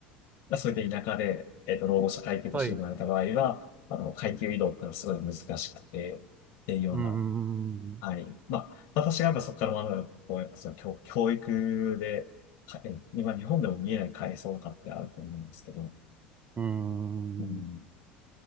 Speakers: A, on the left; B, on the right.
A: ーそれで田舎で、えっと、労働者階級として生まれた場合は、
B: はい。
A: あの、階級移動ってのはすごい難しくて、っていうような、
B: うん、
A: はい。まあ、私がやっぱそこから学ぶのはこう、やっぱその教、教育で、かえ今日本でも見えない階層とかってあると思うんですけど、
B: うん。
A: うん。